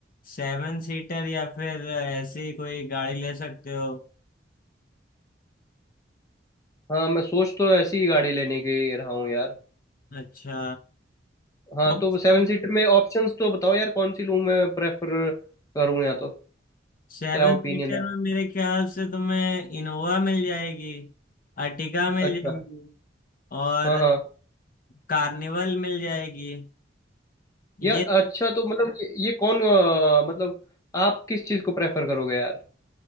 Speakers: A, on the left; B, on the left.
A: सेवन सीटर या फिर ऐसी कोई गाड़ी ले सकते हो
B: हाँ मैं सोच तो ऐसी ही गाड़ी लेने की रहा हूँ यार
A: अच्छा
B: हाँ
A: कौन
B: तो
A: सी
B: सेवन
A: तुम
B: सीटर में ऑप्शंस तो बताओ यार कौन सी लूँ मैं प्रेफर करूँ या तो
A: सेवन
B: क्या ओपिनियन
A: सीटर
B: है
A: में मेरे ख्याल से तुम्हें इनोवा मिल जाएगी अर्टिगा मिल
B: अच्छा
A: जाएगी और
B: हाँ हाँ
A: कार्निवल मिल जाएगी ये
B: या
A: तीन
B: अच्छा तो मतलब ये, ये कौन अ, मतलब आप किस चीज़ को प्रेफर करोगे यार